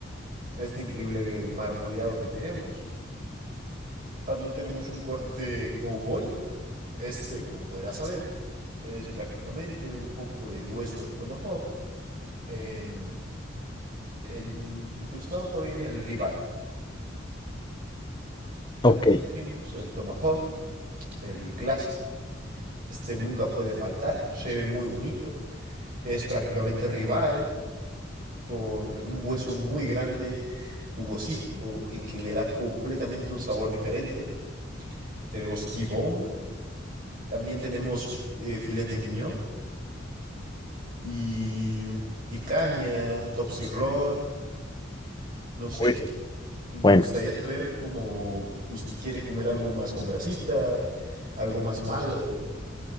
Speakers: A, on the right; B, on the left.
A: este increíble marmoleado que tenemos. También tenemos un corte cowboy. Este, como podrás saber, es prácticamente un poco de hueso del tomahawk en, en- incrustado todavía en el ribeye. También
B: Ok,
A: tenemos el tomahawk, el clásico. Este nunca puede faltar, se ve muy bonito. Es prácticamente ribeye con un hueso muy grande, jugosito y que le da completamente un sabor diferente. Tenemos T-bone, También tenemos eh, filete miñón y picaña, top sirloin, no sé.
B: Muy bien.
A: Me
B: Bueno,
A: gustaría saber cómo usted quiere comer algo más con grasita, algo más magro.